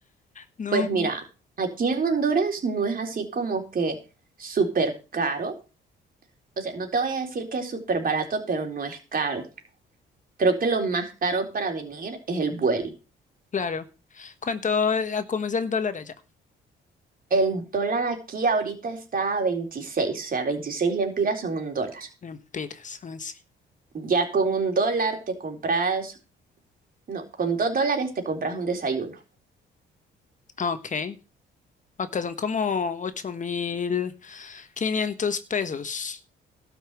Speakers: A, on the left; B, on the right.
A: No,
B: Pues mira, aquí en Honduras no es así como que súper caro. O sea, no te voy a decir que es súper barato, pero no es caro. Creo que lo más caro para venir es el vuelo.
A: claro. ¿Cuánto, eh, cómo es el dólar allá?
B: El dólar aquí ahorita está a 26, o sea, 26 lempiras son un dólar.
A: Empiras, así.
B: Ya con un dólar te compras, no, con dos dólares te compras un desayuno.
A: Ah, ok. Acá son como ocho mil quinientos pesos.